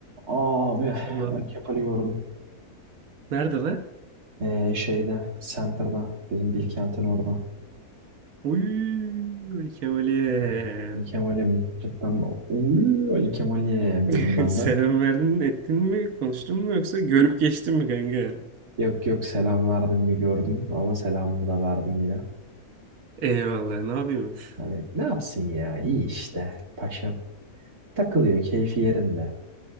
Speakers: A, on the right (about 85°); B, on the right (about 70°).
A: Abi
B: Tamam.
A: Ali Kemal'i gördüm.
B: Nerede lan?
A: Ee, şeyde Center'da bizim Bilkent'in orada.
B: Uy, Kemal'e.
A: Ha. Ali Kemal'im cidden uy Ali Kemal'im
B: <laughs>
A: dedim ben
B: Selam
A: de.
B: verdin, ettin mi, konuştun mu yoksa görüp geçtin mi kanka?
A: Yok yok selam verdim bir gördüm ama selamımı da verdim yine.
B: Eyvallah, ne yapıyormuş?
A: Hani ne yapsın ya iyi işte paşam. Takılıyor keyfi yerinde.